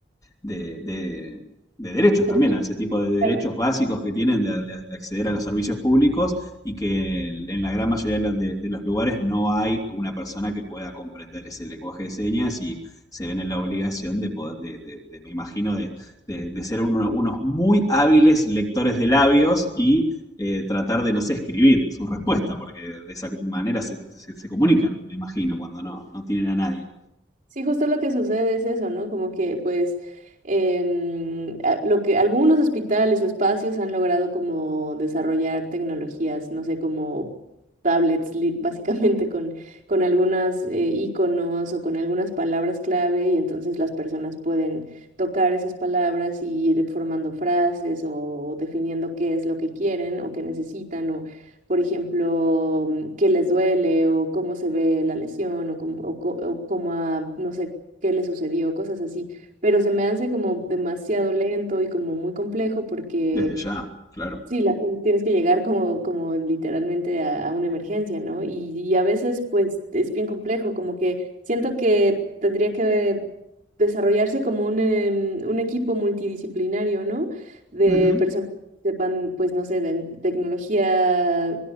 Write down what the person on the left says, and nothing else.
de- de- de derechos
también, a ese tipo de derechos
básicos que tienen de, de- de acceder a los servicios públicos y que en la gran mayoría de, de- de los lugares no hay una persona que pueda comprender ese lenguaje de señas y se ven en la obligación de poder, de- de- de, me imagino, de de, de ser uno- unos muy hábiles lectores de labios y eh, tratar de, no sé, escribir su respuesta, porque de esa manera se, se- se comunican, me imagino, cuando no, no tienen a nadie.
Desde ya, claro.
Ujú.